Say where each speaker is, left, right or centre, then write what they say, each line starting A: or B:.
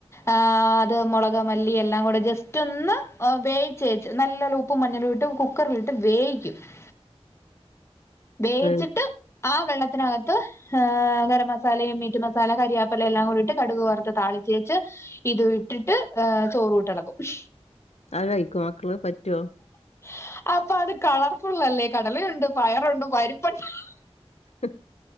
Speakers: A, on the left (about 25°); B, on the left (about 80°).
A: ആ അത് മുളക് മല്ലി എല്ലാം കൂടെ ജസ്റ്റ് ഒന്ന് വേച്ചേച്ച് നല്ല ലു ഉപ്പും മഞ്ഞളും ഇട്ട് കുക്കറിലിട്ട് വേയ്ക്കും <inaudible> വേയ്ച്ചിട്ട്
B: അത്
A: ആ വെള്ളത്തിനകത്ത്ഹ് - ഹ്,. അങ്ങനെ മസാലയും മീറ്റ് മസാല കരിയാപ്പല എല്ലാം കൂടിയിട്ട് കടുക് വറത്ത് താളിചേച്ച്... ഇത് ഇട്ടിട്ട്ഏ ചോറ് ഇട്ടിളക്കും <inaudible>
B: അത് അയ്ക്ക്യോ മക്കള് പറ്റ്വോ
A: <inaudible> അപ്പൊ അത് കളർഫുൾല്ലേ കടലയുണ്ട് പയറുണ്ട് പരിപ്പുണ്ട് ഹ് ഹ്ഹ
B: ഹ്